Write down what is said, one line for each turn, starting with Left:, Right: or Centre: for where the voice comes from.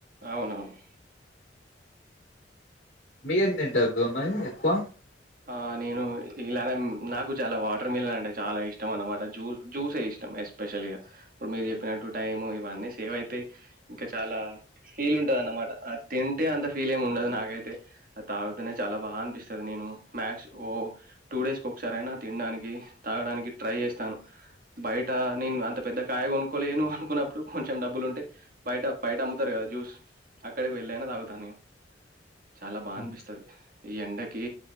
Right: అవునవును
Left: మీరేం తింటారుతో మరి ఎక్కువ
Right: ఆ నేను ఇలానే నాకు చాలా వాటర్ మిలన్ అంటే చాలా ఇష్టం అనమాట జూ జ్యూసే ఇష్టం ఎస్పెషల్గా ఇప్పుడు మీరు చెప్పినట్టు టైం ఇవన్నీ సేవ్ అయితే ఇంకా చాలా ఫీల్ ఉంటది అన్నమాట అది తింటే అంత ఫీల్ ఏమి ఉండదు నాకైతే అ తాగుతేనే చాలా బాగా అనిపిస్తది నేను మ్యాష్ ఓ టూ డేస్కి ఒకసార అయినా తినడానికి తాగడానికి ట్రై చేస్తాను బయట నేను అంత పెద్ద కాయ కొనుకోలేను అనుకున్నప్పుడు కొంచెం డబ్బులు ఉంటే బయట బయట అమ్ముతరు కదా జ్యూస్ అక్కడికి వెళ్ళ అయిన తాగుతాను నేను చాలా బా
Left: ఉమ్.
Right: అనిపిస్తది ఈ ఎండకి